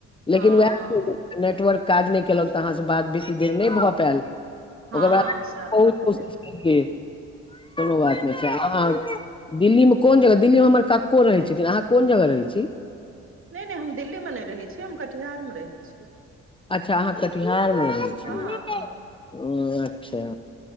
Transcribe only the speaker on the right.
हँ
हँ
सएह
भऽ गेलै
अच्छा
नैय नैय हम दिल्ली में नैय रहै छी, हम कटिहार मऽ रहै छी
हँ
हँ